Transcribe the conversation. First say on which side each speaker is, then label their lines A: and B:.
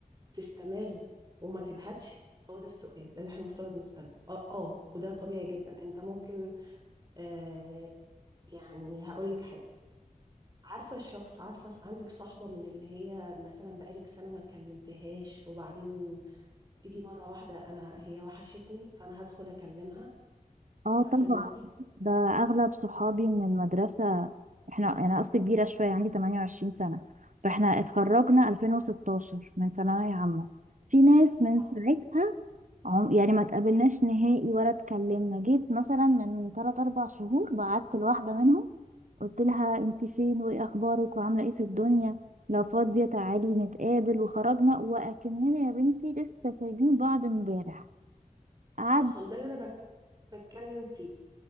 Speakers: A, on the right (about 30°); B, on the right (about 65°).
A: تستمر وما تبهتش هو ده السؤال اللي احنا المفترض نسأله اه, آه وده طبيعي جدا انت ممكن آه يعني هقول لك حاجة عارفة الشخص عارفة ص- عندك صاحبة من اللي هي مثلا بقالك سنة ما كلمتهاش وبعدين تيجي مرة واحدة أنا هي وحشتني فأنا هدخل أكلمها
B: اه
A: عارفة
B: طبعا
A: الناس دي
B: ده اغلب صحابي من المدرسة احنا انا قصدي كبيرة شوية عندي 28 سنة فاحنا اتخرجنا 2016 من ثانوية عامة في ناس من
A: حصل
B: ساعتها عم... يعني ما تقابلناش نهائي ولا اتكلمنا جيت مثلا من 3 4 شهور بعت لواحدة منهم قلت لها انت فين وايه اخبارك وعاملة ايه في الدنيا لو فاضية تعالي نتقابل وخرجنا وأكننا يا بنتي لسه سايبين بعض امبارح قعدنا
A: حصل ده اللي أنا بك- بتكلم فيه